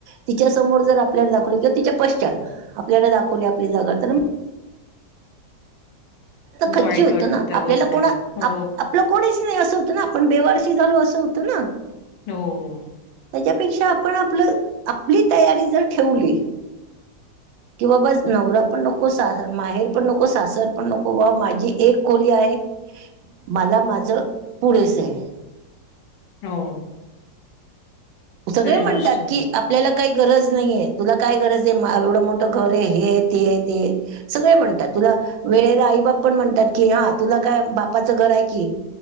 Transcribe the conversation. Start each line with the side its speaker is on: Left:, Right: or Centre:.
Right: तिच्या समोर जर आपल्याला दाखवले कि, तिच्या पश्चात. आपल्याला दाखवली आपली जागा तर खच्ची
Left: वाईट
Right: होत
Left: वाटतं
Right: ना.
Left: त्या
Right: आपल्याला
Left: गोष्टीच
Right: कोणा, आप-
Left: हो
Right: आप आपलं कोणीच नाही, असं होतं ना. आपण बेवारशी झालो, असं होतं ना.
Left: होओ.
Right: त्याच्यापेक्षा आपण आपलं, आपली तयारी जर ठेवली कि बाबा नवरा पण नको. सा माहेर पण नको. सासर पण नको. हो ब माझी एक खोली आहे, माला माझं पुरेस ये.
Left: हो.
Right: सगळे
Left: खरी
Right: म्हणतात
Left: गोष्ट आहे.
Right: की, आप ल्याला काही गरज नहीये, तुला काय गरज ये, मा एवढं मोठं घर ये, हे ते ये, ते सगळे म्हणतात, तुला वेळेला आई बाप पण म्हणतात कि, हां तुला काय बापाचं घर हाय कि.